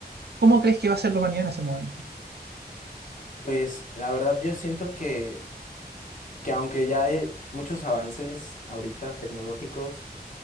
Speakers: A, on the right (about 75°); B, on the left (about 50°).
A: ¿Cómo crees que va a ser la humanidad en ese momento?
B: Pues la verdad yo siento que, que aunque ya hay muchos avances ahorita tecnológicos,